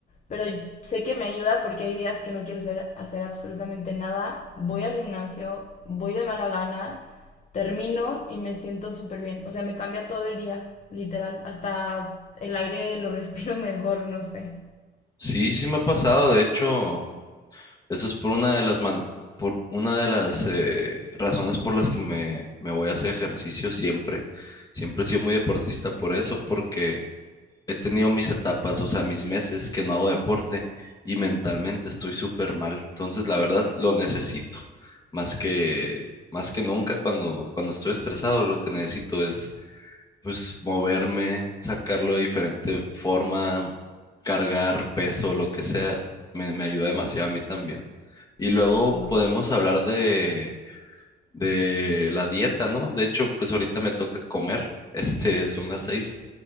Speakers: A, on the left; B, on the left.
A: pero sé que me ayuda porque hay días que no quiero hacer, hacer absolutamente nada. Voy al gimnasio, voy de mala gana, termino y me siento súper bien. O sea, me cambia todo el día, literal. Hasta el aire lo <laughs> respiro mejor, no sé.
B: Sí, sí me ha pasado, de hecho, eso es por una de las, man- por una de las eh, razones por las que me, me voy a hacer ejercicio siempre. Siempre he sido muy deportista por eso, porque he tenido mis etapas, o sea, mis meses que no hago deporte y mentalmente estoy súper mal. Entonces, la verdad, lo necesito. Más que, más que nunca cuando, cuando estoy estresado, lo que necesito es, pues, moverme, sacarlo de diferente forma, cargar peso, lo que sea. Me, me ayuda demasiado a mí también. Y luego
A: Sí.
B: podemos hablar de, de la dieta, ¿no? De hecho, pues ahorita me toca comer. Este, son las seis.